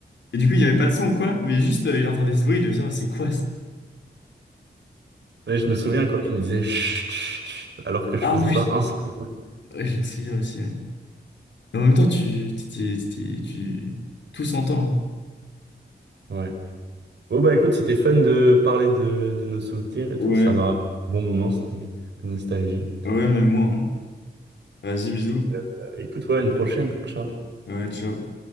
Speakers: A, on the left; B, on the right.
A: Et du coup, il n'y avait pas de son ou quoi, mais juste, euh, il entendait ce bruit, il devait se dire, c'est quoi ça?
B: Et je me souviens quand tu me disais chut, chut, chut, alors que je
A: Ah
B: faisais
A: oui,
B: pas un seul bruit.
A: ouais, je me souviens aussi. ouais. Mais en même temps, tu, t'étais- t'étais- tu, tout s'entend. hein.
B: Ouais. Bon bah écoute, c'était fun de parler de, de nos souvenirs et
A: Ouais,
B: tout. Ça m'a bon moment, c'était de nostalgie.
A: ouais, même moi. hein. Vas-y, bisous.
B: Et, euh, écoute, ouais, une prochaine. Ciao.
A: Ouais, ciao.